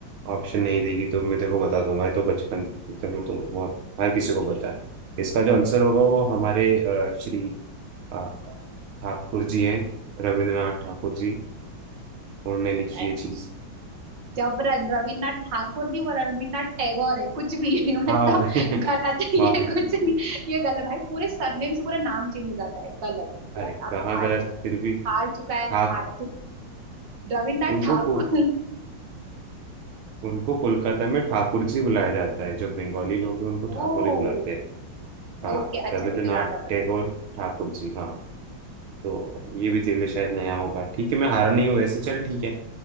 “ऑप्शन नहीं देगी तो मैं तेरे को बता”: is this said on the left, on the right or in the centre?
Right